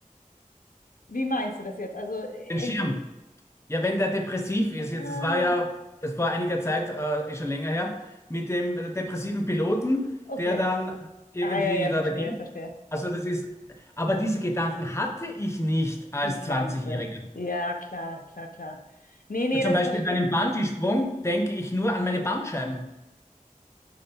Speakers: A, on the left; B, on the left.
A: Wie meinst du das jetzt? Also äh,
B: Den
A: hängt
B: Schirm.
A: es.
B: Ja, wenn der depressiv ist,
A: Ah,
B: jetzt, es war ja, es war einiger Zeit, äh, ist schon länger her, mit dem depressiven Piloten,
A: okay.
B: der dann irgendwie
A: Ah, ja, ja,
B: da,
A: verstehe,
B: da ging.
A: verstehe.
B: Also das ist, aber diese Gedanken hatte ich nicht als
A: Mit
B: 20-Jähriger.
A: 20, Ja, klar, klar, klar. Nee, nee,
B: Zum
A: das
B: Beispiel
A: verstehe
B: bei einem
A: ich. <laughs>
B: Bungee-Sprung denke ich nur an meine Bandscheiben,